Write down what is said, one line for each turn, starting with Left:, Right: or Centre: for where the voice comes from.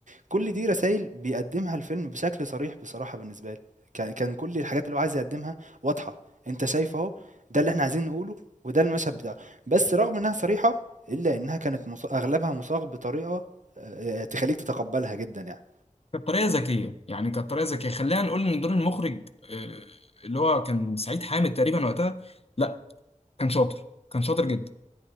Right: كل دي رسائل بيقدمها الفيلم بشكل صريح بصراحة بالنسبة لي كان كان كل الحاجات اللي هو عايز يقدمها واضحة انت شايف اهو ده اللي احنا عايزين نقوله وده المشهد بتاعه بس رغم انها صريحة الا انها كانت مص... اغلبها مصاغ بطريقة آه، آه، تخليك تتقبلها جدا يعني
Left: كانت طريقة ذكية يعني كانت طريقة ذكية خلينا نقول إن دور المخرج آه، اللي هو كان سعيد حامد تقريبا وقتها لا كان شاطر كان شاطر جدا